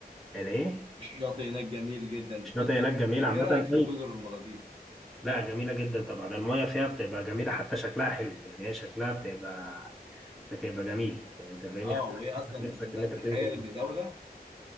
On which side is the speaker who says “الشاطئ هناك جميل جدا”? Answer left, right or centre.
Right